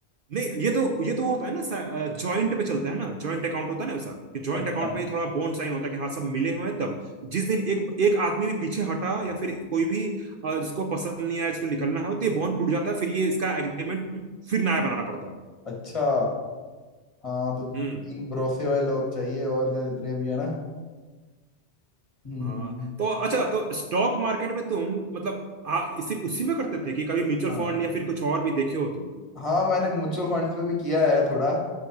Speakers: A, on the right; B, on the left.
A: नहीं ये तो ये तो वो होता है ना जॉइंट पे चलता है ना जॉइंट अकाउंट होता है ना वैसा कि जॉइंट
B: अच्छा
A: अकाउंट पे ही थोड़ा बॉन्ड साइन होता है कि हाँ सब मिले हुए हैं तब जिस दिन एक एक आदमी भी पीछे हटा या फिर कोई भी अ, जिसको पसंद नहीं आया जिसको निकलना है तो ये बॉन्ड टूट जाता है फिर ये इसका एग्रीमेंट फिर नया बनाना पड़ता है
B: अच्छा हाँ तो
A: हम्म
B: तीन भरोसे वाले लोग चाहिए और जहाँ जितने भी है ना हम्म
A: हाँ तो अच्छा
B: अरे,
A: तो स्टॉक मार्केट में तुम मतलब आ, इसी उसी में करते थे कि कभी म्यूचुअल
B: हाँ
A: फंड या फिर कुछ और भी देखे हो
B: हाँ मैंने म्यूचुअल फंड्स पे भी किया है थोड़ा